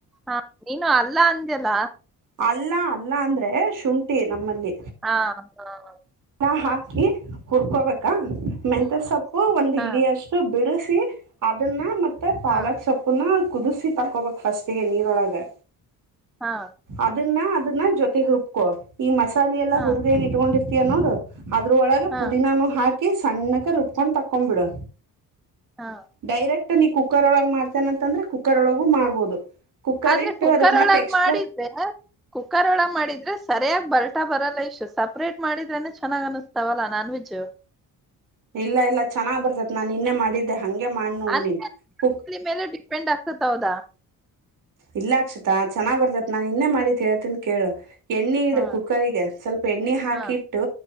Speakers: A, in the centre; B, on the right.
A: ಹಾ. ನೀನು ಅಲ್ಲ ಅಂದ್ಯಲ್ಲ.
B: ಅಲ್ಲ ಅಲ್ಲ ಅಂದ್ರೆ ಶುಂಠಿ. ನಮ್ಮಲ್ಲಿ
A: ಹಾ ಹಾ
B: ಲ್ಲ ಹಾಕಿ.
A: ಹಾ
B: ಹುರ್ಕೊಬೇಕ್. ಕ ಮೆಂತ
A: ಹ್ಮ್,
B: ಸೊಪ್ಪು ಒಂದ್
A: ಹಾ
B: ಹಿಡಿ ಅಷ್ಟು ಬಿಡ. ಸಿ ಅದನ್ನ ಮತ್. ಮತ್ತೆ ಪಾಲಕ್
A: ಹಾ
B: ಸೊಪ್ಪುನ. ಕುದಿಸಿ ತಕ್ಕೋಬೇಕ್ ಫಸ್ಟಿಗೆ ನೀರೊಳಗೆ.
A: ಹಾ.
B: ಅದನ್ನ ಅದನ್ನ ಜೊತೆಗೆ ರೂಬ್ಕೋ ಈ ಮಸ್ ಸಾಲಿ ಎಲ್ಲ
A: ಹಾ
B: ಹುರ್ದೇನ ಇಟ್ಕೊಂಡಿರ್ತೀಯ ನೋಡು ಅದ್ರೊಳಗ
A: ಹಾ
B: ಪುದೀನಾನು ಹಾಕ್ ಕಿ ಸಣ್ಣಕ ರುಬ್ಕೊಂಡ್ ತಕ್ಕೊಂಬಿಡು.
A: ಹಾ
B: ಡೈರೆಕ್ಟ್ ನೀ ಕುಕ್ಕರ್ ಒಳಗ ಮಾಡ್ತೇನಂತಂದ್ರೆ ಕು ಕ್ಕರೊಳಗೂ ಮಾಡ್ಬೋದು. ಕುಕ್ಕರ್
A: ಆದ್ರೆ
B: ಇಟ್ಟು
A: ಕುಕ್ಕರ್
B: ಅದಕ್ಕೆ ಮತ್ತೆ
A: ಒಳಗ್
B: ಎಕ್ಸ್ಟ್ರಾ
A: ಮಾಡಿದ್ದೆ. ಕುಕ್ಕರ್ ಒಳಗೆ ಮಾಡಿದ್ರೆ ಸರಿಯಾಗಿ ಬಲ್ಟ ಬರಲ್ಲ ಐಷು ಸಪ್ರೇಟ್ ಮಾಡಿದ್ರೇನೆ ಚೆನ್ನಾಗ್ ಅನಿಸ್ತಾವಲ್ಲ ನಾನ್ವೆಜ್ಜು.
B: ಇಲ್ಲ ಇಲ್ಲ ಚೆನ್ನಾಗ್ ಬರ್ತತಿ ನಾನ್ ನಿನ್ನೆ ಮಾಡಿದ್ದೆ. ಹಾಗೆ ಮಾಡಿ ನೋಡಿ
A: <unintelligible>
B: ನೀನು ಕುಕ್
A: ಮೇಲು ಡಿಪೆಂಡ್ ಆಗ್ತತ್ ಹೌದ.
B: ಇಲ್ಲ ಅಕ್ಷತಾ ಚೆನ್ನಾಗ ಬರ್ದತ್ ನಾನ್ ನಿನ್ನೇ ಮಾಡಿದ್ ಹೇಳತನ್ ಕೇಳು. ಎಣ್ಣಿ ಇಡು
A: ಹಾ
B: ಕುಕ್ಕರ್ಗೆ ಸ್ವಲ್ಪ ಎಣ್ಣಿ ಹಾಕಿಟ್ಟು
A: ಹಾ